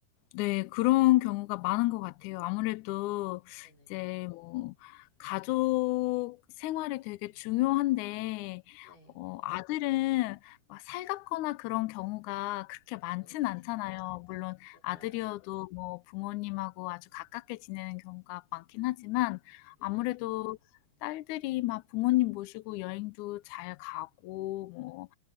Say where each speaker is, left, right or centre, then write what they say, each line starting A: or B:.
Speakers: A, on the left; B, on the left.
A: 네, 그런 경우가 많은 것 같아요. 아무래도
B: 네네.
A: 이제 뭐 가족 생활이 되게 중요한데
B: 네.
A: 어 아들은 막 살갑거나 그런 경우가 그렇게 많진
B: 네.
A: 않잖아요. 물론
B: 맞아요.
A: 아들이어도 뭐 부모님하고 아주 가깝게 지내는 경우가 많긴 하지만
B: 네.
A: 아무래도 딸들이 막 부모님 모시고 여행도 잘 가고 뭐